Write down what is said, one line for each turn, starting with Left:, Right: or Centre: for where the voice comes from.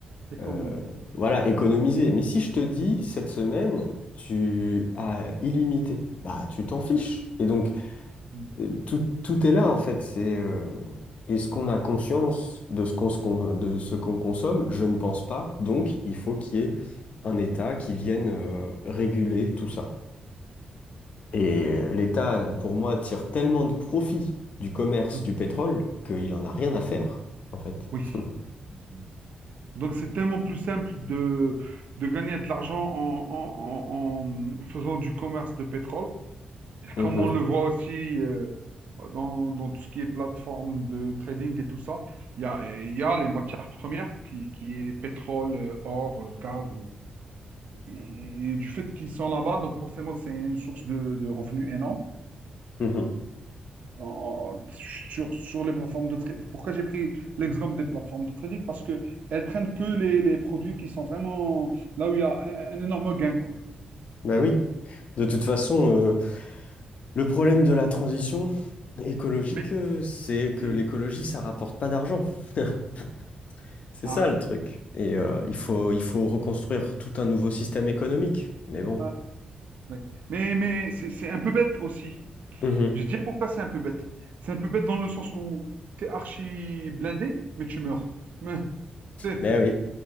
Right: C'est
Left: euh,
Right: comme le musée.
Left: voilà, économiser. Mais si je te dis cette semaine, tu as illimité, bah tu t'en fiches. Et donc
Right: Mhm.
Left: euh, tout, tout est là en fait. C'est euh, est-ce qu'on a conscience de ce qu'on se con- de ce qu'on consomme? Je ne pense pas. Donc il faut qu'il y ait un État qui vienne euh, réguler tout ça. Et
Right: Oui.
Left: l'État, pour moi, tire tellement de profit du commerce
Right: Mhm.
Left: du pétrole qu'il en a rien à faire en fait.
Right: Oui.
Left: <laughs>
Right: Mhm. Donc, c'est tellement plus simple de, de gagner de l'argent en, en en- en faisant du commerce de pétrole
Left: Mhm,
Right: Comme on le voit aussi euh, dans, dans tout ce qui est plateforme de trading et tout ça, il y a, il y a les matières premières qui, qui est pétrole, euh, or, euh, gaz. Et, et du fait qu'ils sont là-bas, donc forcément, c'est une source de, de revenus énorme.
Left: mhm.
Right: En- sur, sur les plateformes de trading. Pourquoi j'ai pris l'exemple des plateformes de trading? Parce que elles prennent que les, les produits qui sont vraiment là où il y a un, un énorme gain, quoi.
Left: Ben oui. De toute façon, euh, le problème de la transition écologique,
Right: Oui.
Left: euh, c'est que
Right: Mm.
Left: l'écologie, ça rapporte pas d'argent. <laughs> C'est
Right: Ah
Left: ça
Right: ouais.
Left: le truc. Et euh, il faut, il faut reconstruire tout un nouveau système économique. Mais bon.
Right: Ah, oui. Mais, mais c'est c'est un peu bête aussi.
Left: Mhm.
Right: Je te dis pourquoi c'est un peu bête. C'est un peu bête dans le sens où t'es archi blindé, mais tu meurs. Mais <laughs> t'es-
Left: Mais
Right: t'es-
Left: oui.